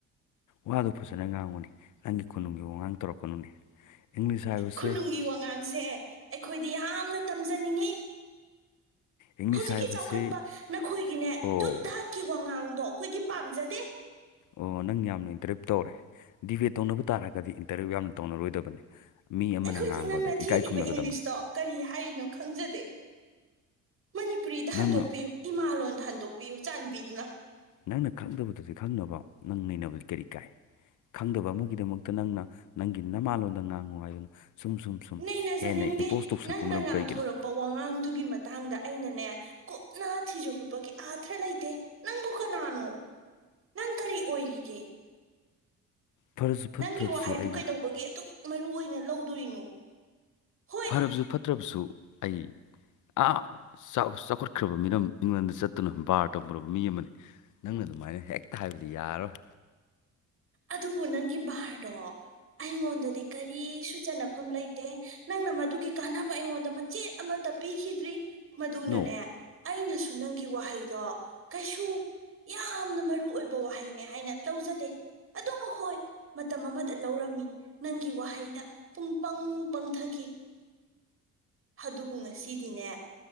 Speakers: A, on the left (about 80°); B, on the right (about 45°).
A: ꯋꯥꯗꯨꯣ ꯐꯖꯅ ꯉꯥꯡꯕꯨꯅꯤ ꯅꯪꯒꯤ ꯈꯨꯣꯅꯨꯡꯒꯤ ꯋꯥꯉꯥꯡ ꯇꯧꯔꯛꯀꯅꯨꯅꯦ ꯏꯪꯂꯤꯁ ꯍꯥꯏꯕꯁꯦ
B: ꯈꯨꯅꯨꯡꯒꯤ ꯋꯥꯉꯥꯡꯁꯦ ꯑꯩꯈꯣꯏꯗꯤ ꯌꯥꯝꯅ ꯇꯝꯖꯅꯤꯡꯉꯤ
A: ꯏꯪꯂꯤꯁ
B: ꯍꯧꯖꯤꯛꯀꯤ
A: ꯍꯥꯏꯕꯁꯤ
B: ꯆꯥꯎꯈꯠꯄ ꯅꯈꯣꯏꯒꯤꯅꯦ
A: ꯑꯣ
B: ꯙꯨꯠ ꯙꯥꯠꯀꯤ ꯋꯥꯉꯥꯡꯗꯣ ꯑꯩꯈꯣꯏꯗꯤ ꯄꯥꯝꯖꯗꯦ
A: ꯑꯣ ꯅꯪ ꯌꯥꯝꯅ ꯏꯟꯇꯔꯚꯤꯌꯨ ꯇꯧꯔꯦ ꯗꯤꯕꯦꯠ ꯇꯧꯅꯕ ꯇꯥꯔꯒꯗꯤ ꯏꯟꯇꯔꯚꯤꯨ ꯌꯥꯝꯅ ꯇꯧꯅꯔꯣꯏꯗꯕꯅꯤ ꯃꯤ ꯑꯃꯅ
B: ꯑꯩꯈꯣꯏꯗꯤ
A: ꯉꯥꯡꯕꯗꯣ
B: ꯅꯪꯅ
A: ꯏꯀꯥꯏ
B: ꯊꯦꯠꯂꯤꯕ
A: ꯈꯨꯝꯅꯒꯗꯝꯕꯅꯤ
B: ꯏꯪꯂꯤꯁꯇꯣ ꯀꯔꯤ ꯍꯥꯏꯔꯤꯅꯣ ꯈꯪꯖꯗꯦ ꯃꯅꯤꯄꯨꯔꯤꯗ ꯍꯟꯗꯣꯛꯄꯤꯌꯨ
A: ꯅꯪꯅ
B: ꯏꯃꯥꯂꯣꯟꯗ ꯍꯟꯗꯣꯛꯄꯤꯌꯨ ꯆꯥꯟꯕꯤꯗꯨꯅ
A: ꯅꯪꯅ ꯈꯪꯗꯕꯗꯨꯗꯤ ꯈꯪꯅꯕ ꯅꯪ ꯅꯩꯅꯕꯗꯤ ꯀꯔꯤ ꯀꯥꯏ ꯈꯪꯗꯕ ꯑꯃꯒꯤꯗꯃꯛꯇ ꯅꯪꯅ ꯅꯪꯒꯤ ꯅꯃꯥꯂꯣꯟꯣꯟꯗ ꯉꯥꯡꯉꯨ ꯍꯥꯏꯗꯅ ꯁꯨꯝ ꯁꯨꯝ ꯁꯨꯝ
B: ꯅꯩꯅꯖꯅꯤꯡꯗꯦ
A: ꯍꯦꯟꯅ ꯏꯝꯄꯣꯁ ꯇꯧꯁꯜꯂꯛꯄ
B: ꯅꯪꯅ
A: ꯃꯔꯝ
B: ꯉꯥꯡꯊꯣꯔꯛꯄ
A: ꯀꯔꯤꯒꯤꯅꯣ
B: ꯋꯥꯉꯥꯡꯗꯨꯒꯤ ꯃꯇꯥꯡꯗ ꯑꯩꯅꯅꯦ ꯀꯨꯞꯅ ꯊꯤꯖꯤꯜꯂꯨꯕꯒꯤ ꯑꯥꯊ꯭ꯔ ꯂꯩꯇꯦ ꯅꯪꯕꯨ ꯀꯅꯥꯅꯣ ꯅꯪ ꯀꯔꯤ ꯑꯣꯏꯔꯤꯒꯦ
A: ꯐꯔꯁꯨ ꯐꯠꯇ꯭ꯔꯕꯁꯨ
B: ꯅꯪꯒꯤ ꯋꯥꯍꯩꯕꯨ
A: ꯑꯩ
B: ꯀꯩꯗꯧꯕꯒꯤ ꯑꯗꯨꯛ ꯃꯔꯨꯏ ꯑꯣꯏꯅ ꯂꯧꯗꯣꯔꯤꯅꯣ ꯍꯣꯏ
A: ꯐꯠꯇ꯭ꯔꯕꯁꯨ ꯐꯠꯇ꯭ꯔꯕꯁꯨ ꯑꯩ ꯑ ꯆꯥꯎ ꯆꯥꯎꯈꯠꯈ꯭ꯔꯕ ꯃꯤꯅꯝ ꯏꯪꯂꯦꯟꯗ ꯆꯠꯇꯨꯅ ꯕꯥꯔ ꯇꯧꯈꯨꯔꯕ ꯃꯤ ꯑꯃꯅꯤ ꯅꯪꯅ ꯑꯗꯨꯃꯥꯏꯅ ꯍꯦꯛꯇ ꯍꯥꯏꯕꯗꯤ ꯌꯥꯔꯣꯏ
B: ꯑꯗꯨꯕꯨ ꯅꯪꯒꯤ ꯕꯥꯔꯗꯣ ꯑꯩꯉꯣꯟꯗꯗꯤ ꯀꯔꯤꯁꯨ ꯆꯟꯅꯐꯝ ꯂꯩꯇꯦ ꯅꯪꯅ ꯃꯗꯨꯒꯤ ꯀꯥꯟꯅꯕ ꯑꯩꯉꯣꯟꯗ ꯃꯆꯦꯠ ꯑꯃꯠꯇ ꯄꯤꯈꯤꯗ꯭ꯔꯤ ꯃꯗꯨꯅꯅꯦ
A: ꯅꯣ
B: ꯑꯩꯅꯁꯨ ꯅꯪꯒꯤ ꯋꯥꯍꯩꯗꯣ ꯀꯩꯁꯨ ꯌꯥꯝꯅ ꯃꯔꯨ ꯑꯣꯏꯕ ꯋꯥꯍꯩꯅꯦ ꯍꯥꯏꯅ ꯂꯧꯖꯗꯦ ꯑꯗꯨꯕꯨ ꯍꯣꯏ ꯃꯇꯝ ꯑꯃꯗ ꯂꯧꯔꯝꯃꯤ ꯅꯪꯒꯤ ꯋꯥꯍꯩꯗ ꯄꯨꯡ ꯄꯪ ꯄꯪꯊꯈꯤ ꯑꯗꯨꯕꯨ ꯉꯁꯤꯗꯤꯅꯦ